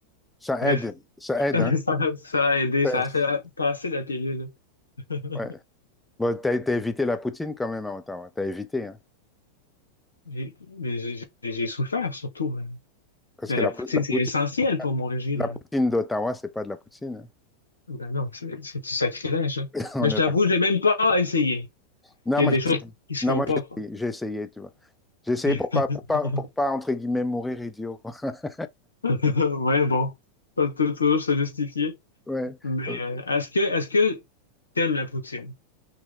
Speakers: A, in the centre; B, on the left.
A: Ça
B: Bref,
A: aide, ça
B: <laughs>
A: aide,
B: ça,
A: hein.
B: ça a aidé,
A: Ça-
B: ça
A: c'est-
B: a fait passer la pilule. <laughs>
A: ouais. Bon, t'as, t'as évité la poutine quand même à Ottawa. T'as évité, hein.
B: J'ai- Mais j'ai j'ai- j'ai souffert surtout. hein.
A: Parce
B: Mais
A: que
B: La
A: la,
B: poutine,
A: pou- la poutine,
B: c'est essentiel pour mon régime.
A: la poutine d'Ottawa, c'est pas de la poutine. hein.
B: Ben non, c'est c'est du sacrilège.
A: <laughs> On
B: Mais je
A: est
B: t'avoue,
A: d'accord.
B: j'ai même pas essayé.
A: Non,
B: Il
A: moi,
B: y a des
A: j'ai,
B: choses qui se
A: non,
B: font
A: moi,
B: pas,
A: j'ai
B: quoi.
A: essayé, j'ai essayé, tu vois. J'ai essayé
B: <laughs>
A: pour pas, pour pas, pour pas, entre guillemets, mourir idiot, quoi. <laughs>
B: <laughs> Ouais, bon, Faut tou- toujours se justifier.
A: Ouais.
B: Mais
A: Donc,
B: euh, est-ce que est-ce que t'aimes la poutine?